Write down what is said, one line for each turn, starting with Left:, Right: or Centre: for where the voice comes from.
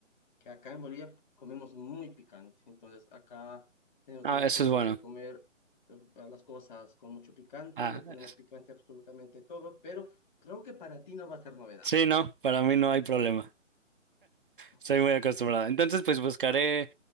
Left: que acá en Bolivia comemos muy picante. Entonces acá tenemos
Right: Ah,
Left: una
Right: eso
Left: cultura
Right: es bueno.
Left: de comer eh, las cosas con mucho picante,
Right: Ah,
Left: le ponemos picante a absolutamente todo, pero creo que para ti no va a ser novedad.
Right: sí, no, para mí no hay problema. Estoy
Left: Ya.
Right: muy acostumbrada. Entonces, pues buscaré